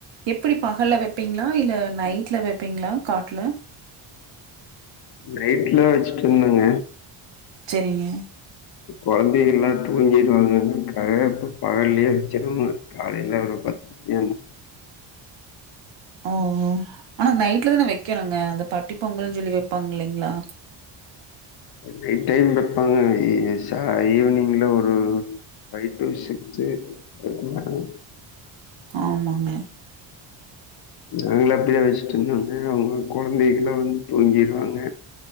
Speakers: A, on the right (about 60°); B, on the left (about 50°).
A: எப்டி பகல்ல வப்பீங்களா இல்ல நைட்ல வப்பீங்களா காட்டுல
B: நைட்லா வச்சுட்ருந்தோங்க
A: செரிங்க
B: இப்ப வந்து எல்லா தூங்கிற்றாங்கனு கரட்டா பகல்லயே வச்சுறுங்க காலேல ஒரு பத்து மணியாவு
A: ஓ ஓ ஆனா நைட்ல தான வக்கணுங்க அந்த பட்டி பொங்கலுஞ் சொல்லி வப்பாங்க இல்லிங்ளா
B: நைட் டைம் வப்பாங்க ஈ ச ஈவினிங்ல ஒரு ஃபைடூ சிக்ஸு <unintelligible>
A: ஆமாங்க
B: நாங்களா அப்டியே வஷ்ட்டுருந்தோ அவுங்ளா கொழந்திங்கலா வந்து தூங்கிற்றாங்க